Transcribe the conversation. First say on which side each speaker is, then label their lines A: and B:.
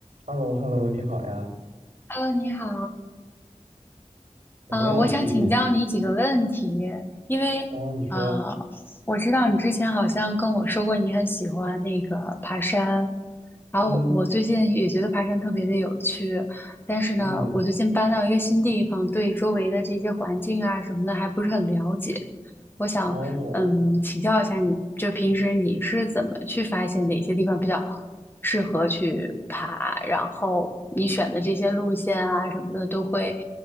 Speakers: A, on the right; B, on the left.
A: h e l l o h e l l o 你好呀，
B: Hello，你好，
A: 怎么样最近？
B: 嗯，呃我想请教你几个问题，因为呃，
A: 啊，你说，
B: 我知道你之前好像跟我说过你很喜欢那个爬山，然后我我最近也觉得爬山特别的有趣，
A: 嗯
B: 但是呢，
A: 嗯，
B: 我最近搬到一个新地方，对周围的这些环境啊什么的还不是很了解。我想嗯，
A: 哦
B: 请教一下你，就平时你是怎么去发现哪些地方比较适合去爬，然后你选的这些路线啊什么的都会。